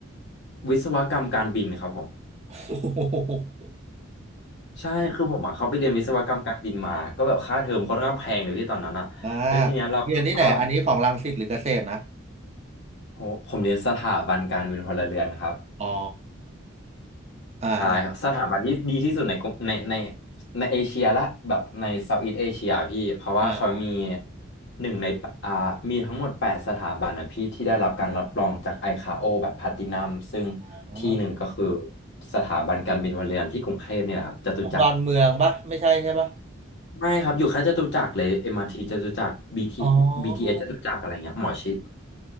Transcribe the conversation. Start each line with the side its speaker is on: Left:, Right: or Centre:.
Left: วิศวกรรมการบินครับผม
Right: โอ้โห
Left: ใช่คือผมอ่ะเขาไปเรียนวิศวกรรมการบินมาก็แบบค่าเทอมค่อนข้างแพงเลยพี่ตอนนั้นอ่ะแล้วทีเนี้ยเราก็
Right: มากเรียนที่ไหนอันนี้ของรังสิตหรือเกษตรนะ
Left: โหผมเรียนสถาบันการบินพลเรือนครับ
Right: อ๋ออ่าอ่า
Left: ตายครับสถาบันที่ดีที่สุดในกรุในในในเอเชียละแบบในเซาท์อีสต์เอเชียพี่เพราะว่าเขามี
Right: อ่า
Left: หนึ่งในอ่ามีทั้งหมดแปดสถาบันนะพี่ที่ได้รับการรับรองจากไอคาโอแบบแพลตินัมซึ่งที่หนึ่งก็คือ
Right: อ๋อ
Left: สถาบันการบินพลเรือนที่กรุงเทพนี่แหละครับจตุจักร
Right: ตรงดอนเมืองปะไม่ใช่ใช่ปะ
Left: ไม่ครับอยู่แค่จตุจักรเลย MRT จตุจักร BT
Right: อ๋อ
Left: BTS จตุจักรอะไรเงี้ยหมอชิด